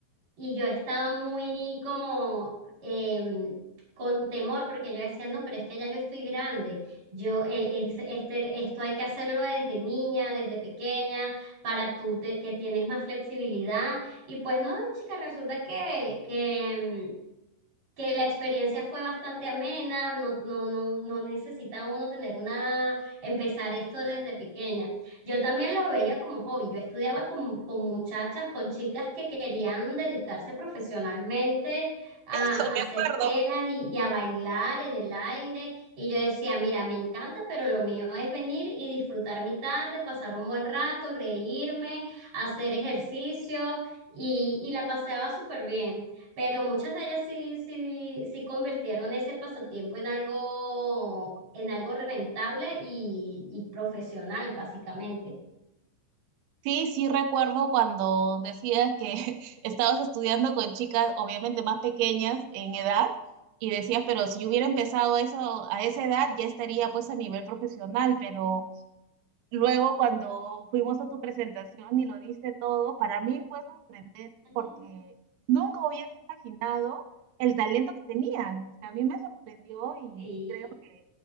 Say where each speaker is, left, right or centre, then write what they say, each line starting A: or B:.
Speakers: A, on the right; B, on the right.
A: Y yo estaba muy como em, con temor porque yo decía, no, pero es que ya yo estoy grande, yo eh, es- este, esto hay que hacerlo desde niña, desde pequeña, para tú te- que tienes más flexibilidad. Y pues no, chica, resulta que, que que la experiencia fue bastante amena, no, no, no, no necesita uno tener una, empezar esto desde pequeña. Yo también lo veía como hobby, yo estudiaba con, con muchachas, con chicas que querían dedicarse profesionalmente a,
B: Eso, me
A: a hacer
B: acuerdo.
A: telas y, y a bailar en el aire, y yo decía, mira, me encanta, pero lo mío es venir y disfrutar mi tarde, pasar un buen rato, reírme, hacer ejercicio, y, y la paseaba súper bien. Pero muchas de ellas sí, sí, sí convirtieron ese pasatiempo en algo, en algo rentable y, y profesional, básicamente.
B: Sí, sí recuerdo cuando decías que <laughs> estabas estudiando con chicas obviamente más pequeñas en edad y decías, pero si yo hubiera empezado eso a esa edad ya estaría pues a nivel profesional, pero luego cuando fuimos a tu presentación y lo diste todo, para mí fue sorprendente
A: <laughs>
B: porque nunca hubiese imaginado el talento que tenías. O sea, a mí me sorprendió y,
A: Sí.
B: y creo que